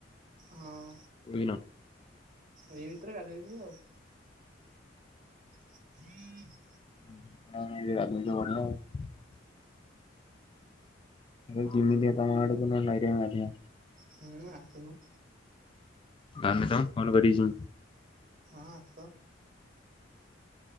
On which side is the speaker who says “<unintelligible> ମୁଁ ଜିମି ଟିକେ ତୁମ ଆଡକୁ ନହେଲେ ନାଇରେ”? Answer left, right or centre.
Left